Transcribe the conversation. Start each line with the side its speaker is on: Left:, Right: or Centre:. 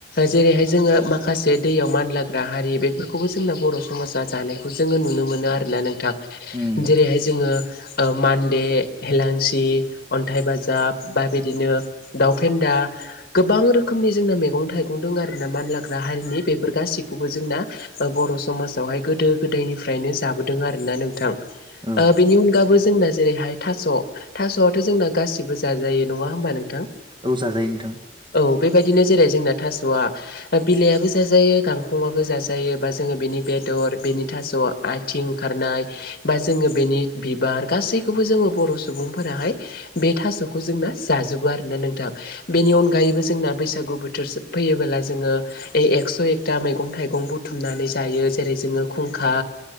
Left: जेरैहाय जोङो माखासे दैयाव मानलाग्रा हारि बेफोरखौ बो जोंना बर' समा जानायखौ जोङो नुनो मोनो आरोना नोंथां
Right: उम
Left: जेरैहाय जोङो मान्दे, हेेलांसि, अन्थाइ बाजाब बा बिदिनो दाउ फेदा गोबां रोखोमनि जोंना मैगं थाइगं दं आरो ना मानलाग्रा हारिनि बेफोर गासैखौबो जोंना बर' समाजावहाय गोदो गोदायनिफ्रायनो जाबोदों आर ना नोंथां
Right: औ
Left: ओ बेनि अनगाबो जोंना जेरैहाय थास' थास'आथ' जोंना गासिबो जाजायो नङा होमबा नोंथां
Right: औ जाजायो नोथां
Left: औ बेबायदिनो जेरै जोंना थास'आ बिलाइयाबो जाजायो गांखंआबो जाजायो बा जोङो बेनि बेदर बेनि थास' आथिं ओंखारनाय बा जोङो बेनि बिबार गासैखौबो जोङो बर' सुबुंफोराहाय बे थास'खौ जोंना जाजोबो आरोना नोंथां। बेनि अनगायैबो जोंना बैसागु बोथोर फैयोबोला जोङो एकस' एकथा मैगं-थाइगं बुथुमनानै जायो। जेरै- जोङो खुंखा